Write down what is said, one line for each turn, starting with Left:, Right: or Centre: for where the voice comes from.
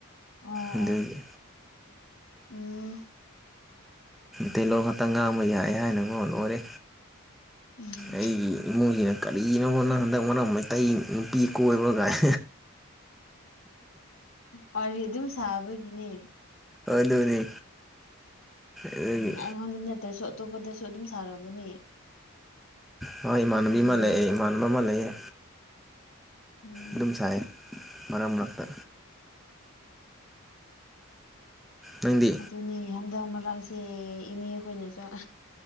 Left: ꯑꯥ
Centre: ꯑꯗꯨꯒꯤ
Left: ꯑꯥ ꯂꯩ
Centre: ꯀꯩꯅꯣ ꯈꯛꯇ ꯉꯥꯡꯕ ꯌꯥꯏꯑꯦ ꯍꯥꯏꯅꯥꯀꯣ ꯂꯣꯢꯔꯦ
Left: ꯎꯝ
Centre: ꯑꯩꯒꯤ ꯏꯃꯨꯡꯁꯤꯅ ꯀ ꯀꯩꯅꯣꯒꯤꯕꯥ ꯅꯪ ꯍꯟꯗꯛ ꯃꯔꯛ ꯃꯩꯇꯩ ꯅꯨꯄꯤ ꯀꯣꯏꯕꯒꯥꯏ
Left: ꯋꯥꯔꯤ ꯑꯗꯨꯝ ꯁꯥꯕꯒꯤꯅꯦ
Centre: ꯑꯗꯨꯅꯤ ꯑꯗꯨꯒꯤ
Left: ꯎꯝ ꯑꯩꯉꯣꯟꯗ ꯅꯠꯇ꯭ꯔꯁꯨ ꯑꯇꯣꯞꯄꯗꯁꯨ ꯑꯗꯨꯝ ꯁꯥꯔꯝꯒꯅꯤ
Centre: ꯍꯣꯏ ꯏꯃꯥꯟꯅꯕꯤ
Left: ꯑꯗꯨꯒꯤꯅꯦꯕ
Centre: ꯑꯃ ꯂꯩꯌꯦ ꯏꯃꯥꯟꯅꯕ ꯑꯃ ꯂꯩꯌꯦ
Left: ꯎꯝ
Centre: ꯑꯗꯨꯝ ꯁꯥꯏꯌꯦ ꯃꯔꯛ ꯃꯔꯛꯇ ꯅꯪꯗꯤ
Left: ꯑꯗꯨꯅꯦ ꯍꯟꯗꯛ ꯃꯔꯛꯁꯦ ꯏꯅꯦ ꯍꯣꯏꯅꯁꯨ